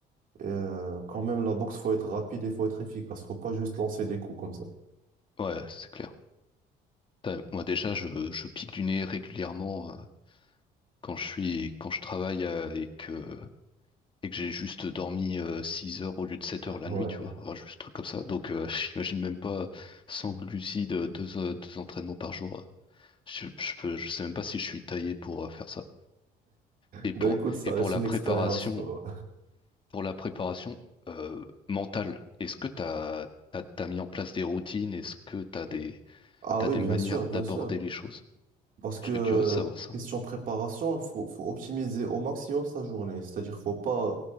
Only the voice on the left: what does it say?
ouais, c'est clair. Putain, Moi, déjà, je, je pique du nez régulièrement euh, quand je suis, quand je travaille euh, et que, et que j'ai juste dormi euh, six heures au lieu de 7 heures la
nuit, tu vois. Enfin, juste un truc comme ça. Donc, euh, <laughs> j'imagine même pas sans glucides, euh, deux, euh, deux entraînements par jour. Je, je peux, je sais même pas si je suis taillé pour euh, faire ça. Et
pour,
et
pour la
préparation,
pour la préparation euh, mentale, est-ce que t'as, t'as, mis en place des routines? Est-ce que t'as des,
t'as
des
manières
d'aborder
les choses?
Je serais
curieux de savoir ça.